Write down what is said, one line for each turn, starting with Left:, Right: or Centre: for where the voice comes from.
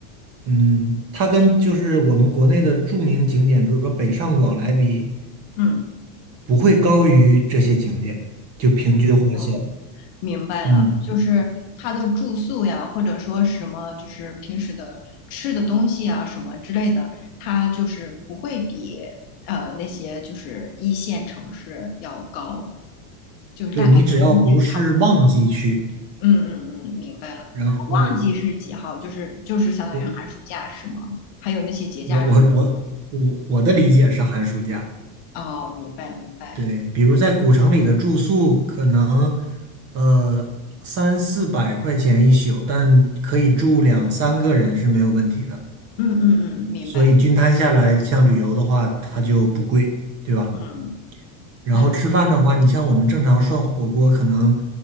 Right: 嗯，它跟就是我们国内的著名景点，比如说北上广来比，
Left: 嗯。
Right: 不会高于这些景点，就平均花销。
Left: 哦明白了，
Right: 嗯，
Left: 就是他的住宿呀，或者说什么，就是平时的吃的东西啊，什么之类的，他就是不会比呃那些就是一线城市要高，就是大概跟一线差不多
Right: 对，你只要不是旺季去，
Left: 嗯嗯嗯，明白了。
Right: 然后
Left: 旺季是几号？就是就是相当于寒暑假是吗？
Right: 我
Left: 还有那些节假日。
Right: 我我我我我的理解是寒暑假。
Left: 哦，明白明白。
Right: 对，比如在古城里的住宿，可能呃三四百块钱一宿，但可以住两三个人是没有问题的。
Left: 嗯嗯嗯，明白。
Right: 所以均摊下来，像旅游的话，它就不贵，对吧？
Left: 嗯，
Right: 然后吃饭的话，
Left: 那
Right: 你像我们正常涮火锅，可能